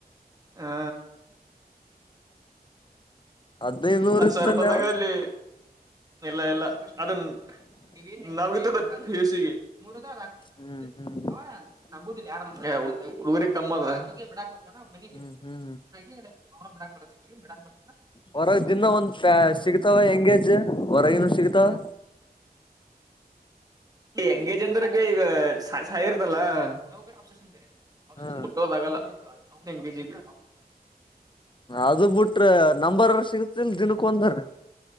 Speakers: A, on the right (about 20°); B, on the left (about 30°).
A: ಹಾ.
B: ಹದ್ನೈದ್ ನೂರ್
A: ಅತ್ತು
B: ಇತ್ತಲ್ಲ
A: ಸಾವಿರ ರೂಪಾಯಿ ಮೆಗಾ
B: ಅವ
A: ಅಲ್ಲಿ. ಎಲ್ಲ ಎಲ್ಲ ಅದನ್. <unintelligible>
B: ಹ್ಮ್ ಹ್ಮ್
A: ಹುಡುಗರಿ ಕಮ್ಮ ಬಿಡಾಕ್ ಹೋಗತದ ಮನ
B: ಹ್ಮ್ ಹ್ಮ್
A: ಬಿಡಾಕ್ ಬ ಬಿಡಕ್ ಬರ್ತ. <unintelligible>
B: ಹೊರ ದಿನ ಒಂದ್ ಸಿಗ್ತಾವ ಹೆಂಗೆ. ಹೊರಗನು ಸಿಕ್ತವ.
A: ಎಂಗೇಜ್ ಅಂದ್ರ ಈಗ ಸಹಾಯ ಇರ್ತಲ್ಲಸನ್ ಬೇರೆ.
B: ಹ್ಮ್
A: <unintelligible> ಎಂಗಜಿಗೆ.
B: ಅದು ಬಿಟ್ರ ನಂಬರ್ ಸಿಗತಿಲ್ ದಿನಕ್ಕ ಒಂದ್ರ.